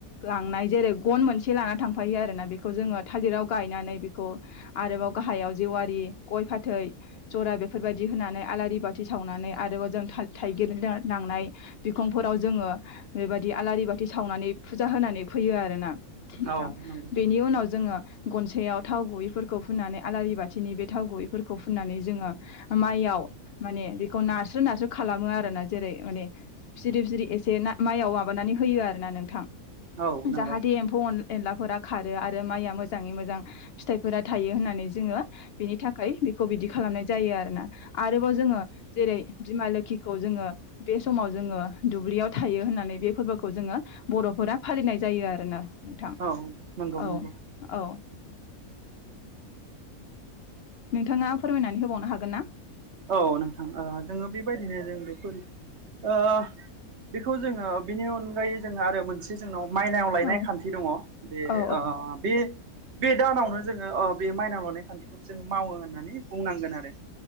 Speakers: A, on the left (about 70°); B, on the right (about 55°).
A: लांनाय जेरै गन मोनसे लाना थांफायो आरोना। बेखौ जोङो थालिराव गायनानै बेखौ <unintelligible> गाहायाव <unintelligible> बे गय- फाथै जरा बेफोरबायदि होनानै आलारि बाथि सावनानै आरोबाव जों था-थाइगिर लांनाय बिखंफोराव जोङो बेबायदि आलारि बाथि सावनानै फुजा होनानै फैयो आरोना। नोंथां
B: औ नंगौ
A: बेनि उनाव जोङो गनसायाव थाव गुबैफोरखौ फुननानै आलारि बाथि खाथिनि बे थावगुबैखौ बेफोरखौ फुननानै जोङो, माइयाव माने बेखौ नारस्रो नारस्रो खालामो आरो। जेरै माने जिरि जिरि एसे माइआव माबानानै होयो आर ना नोंथां
B: औ नंगौ
A: जाहाथे एम्फौ अन एनलाफोरा खारो आरो माइया मोजाङै मोजां फिथाइफोरा थायो होननानै जोङो बिनि थाखाय बेखौ बिदि खालामनाय जायो आरोना आरोबाव जोङो जेरै बिमा लोखिखौ जों जोङो बे समाव जोङो दुब्लियाव थायो होननानै बे फोरबोखौ जोङो बर'फोरा फालिनाय जायो आरोोना नोंथां
B: औ नंगौ
A: औ
B: नंगौ
A: औ थाङा फोरमायनानै होबावनो हागोनना
B: औ नोंथां ओ जोङो बेबायदिनो जों बेफोर ओ बेखौ जोङो बेनि अनगायै जोंहा आरो मोनसे जोंनाव माइनाव लायनाय
A: औ
B: खान्थि दङ बे
A: औ
B: ओ बे बे दानावनो जोङो अ बे माइनाव लुनाय खान्थिखौबो जोङो मावो होननानै बुंनांगोन आरो